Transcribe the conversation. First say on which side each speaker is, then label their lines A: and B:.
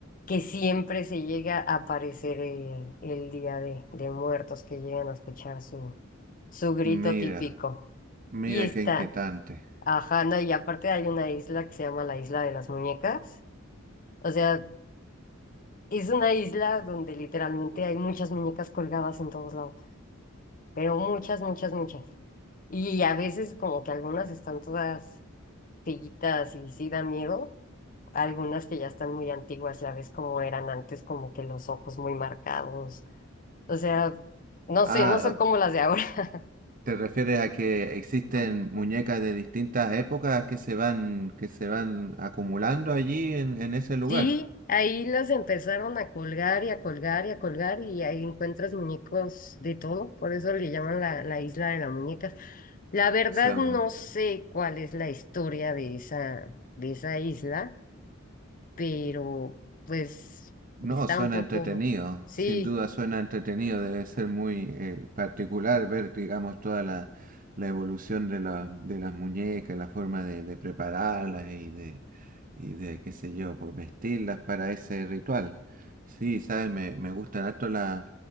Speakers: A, on the left (about 40°); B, on the right (about 40°).
A: que siempre se llega a aparecer el, el Día de, de Muertos, que llegan a escuchar su, su grito
B: Mira,
A: típico.
B: mira
A: Y está,
B: qué inquietante.
A: ajá, no, y aparte hay una isla que se llama la Isla de las Muñecas. O sea, es una isla donde literalmente hay muchas muñecas colgadas en todos lados, pero muchas, muchas, muchas. Y a veces como que algunas están todas pillitas y sí dan miedo algunas que ya están muy antiguas, ya ves cómo eran antes, como que los ojos muy marcados. O sea, no
B: Ah,
A: sé, no son como las de ahora. <laughs>
B: ¿te refieres a que existen
A: Bueno, por-
B: muñecas de distintas épocas que se van, que se van acumulando allí en, en ese lugar?
A: Sí, ahí las empezaron a colgar y a colgar y a colgar y ahí encuentras muñecos de todo, por eso le llaman la, la isla de las muñecas. La verdad
B: Se ha
A: no
B: vuelto.
A: sé cuál es la historia de esa, de esa isla, pero pues
B: No,
A: está
B: suena
A: un poco,
B: entretenido,
A: sí.
B: sin duda suena entretenido, debe ser muy eh, particular ver, digamos, toda la, la evolución de, la, de las muñecas, la forma de, de prepararlas y de, y de, qué sé yo, pues vestirlas para ese ritual. Sí, sabes, me, me gustan harto la-